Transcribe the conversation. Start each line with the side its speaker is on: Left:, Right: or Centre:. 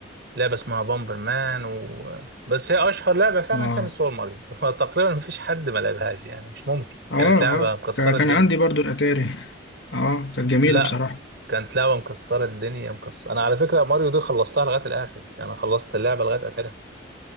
Right: لعبة اسمها بامبر مان و... بس هي أشهر لعبة فعلا
Left: اه
Right: كانت سوبر ماريو <laughs> تقريبا مفيش حد ما لعبهاش يعني مش ممكن
Left: اه
Right: كانت لعبة
Left: اه
Right: مكسرة
Left: كا- كان
Right: الدنيا
Left: عندي برضو الاتاري اه كانت جميله
Right: لا
Left: بصراحه
Right: كانت لعبة مكسرة الدنيا مكسرة أنا على فكرة ماريو دي خلصتها لغاية الآخر يعني خلصت اللعبة لغاية آخرها